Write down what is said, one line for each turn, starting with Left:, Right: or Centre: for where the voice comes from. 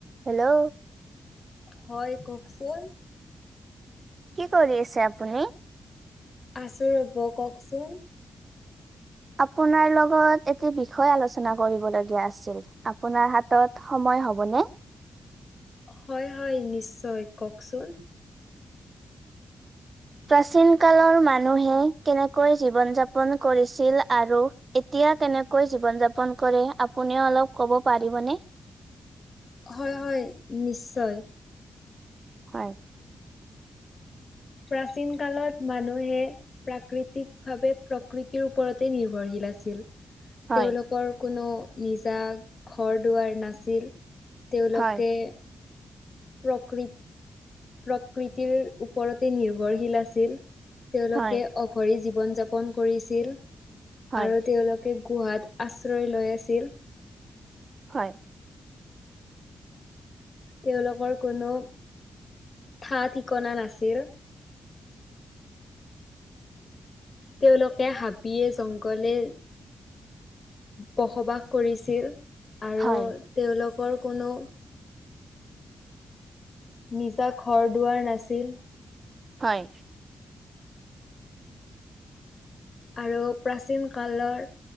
Right: Hello?
Left: হয়, কওঁকচোন?
Right: কি কৰি আছে আপুনি?
Left: আছোঁ ৰ'ব, কওঁকচোন?
Right: আপোনাৰ লগত এটি বিষয় আলোচনা কৰিব লগীয়া আছিল। আপোনাৰ হাতত সময় হ'বনে?
Left: হয়, হয় নিশ্চয়। কওঁকচোন?
Right: প্ৰাচীন কালৰ মানুহে কেনেকৈ জীৱন যাপন কৰিছিল আৰু এতিয়া কেনেকৈ জীৱন যাপন কৰে আপুনিও অলপ কব পাৰিবনে?
Left: হয় হয় নিশ্চয়।
Right: হয়।
Left: প্ৰাচীন কালত মানুহে প্ৰাকৃতিকভাৱে প্ৰকৃতিৰ ওপৰতে নিৰ্ভৰশীল আছিল।
Right: হয়,
Left: তেওঁলোকৰ কোনো নিজা ঘৰ দুৱাৰ নাছিল। তেওঁলোকে
Right: হয়,
Left: প্ৰকৃ, প্ৰকৃতিৰ ওপৰতে নিৰ্ভৰশীল আছিল। তেওঁলোকে
Right: হয়,
Left: অঘৰি জীৱন যাপন কৰিছিল
Right: হয়,
Left: আৰু তেওঁলোক কে গুহাত আশ্ৰয় লৈ আছিল।
Right: হয়।
Left: তেওঁলোকৰ কোনো ঠা ঠিকনা নাছিল। তেওঁলোকে হাবিয়ে জংঘলে বসবাস কৰিছিল। আৰু
Right: হয়,
Left: তেওঁলোকৰ কোনো নিজা ঘৰ দুৱাৰ নাছিল।
Right: হয়।
Left: আৰু প্ৰাচীন কালৰ